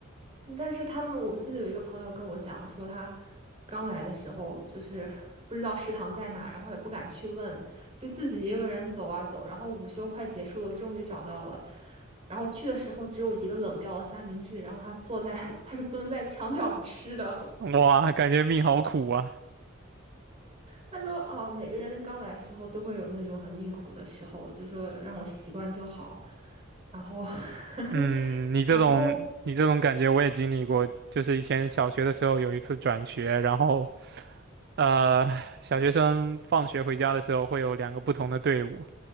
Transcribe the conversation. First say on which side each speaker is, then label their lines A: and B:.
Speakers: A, on the right; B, on the right.
A: 但是他们我记得有一个朋友跟我讲说他刚来的时候就是 <laughs> 不知道食堂在哪，然后也不敢去问，就自己一个人走啊走，然后午休快结束了，终于找到了。然后去的时候只有一个冷掉的三明治，然后他坐在，<laughs> 他是蹲在墙角吃的。
B: 哇，感觉命好苦啊。
A: 他说：“哦，每个人刚来的时候都会有那种很命苦的时候，就说让我习惯就好。然后，<laughs>
B: 嗯，你这种你这种感觉我也经历过，
A: 然后，
B: 就是以前小学的时候有一次转学，然后呃，小学生放学回家的时候会有两个不同的队伍，